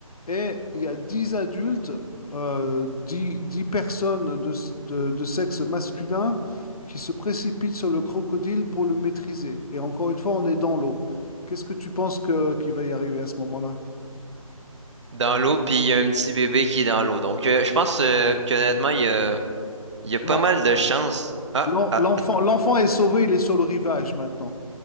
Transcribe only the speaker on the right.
Dans l'eau, puis il y a un petit bébé qui est dans l'eau. Donc, euh, je pense euh, qu'honnêtement, il y a, il y a pas
mal de chances. Ah,
ah.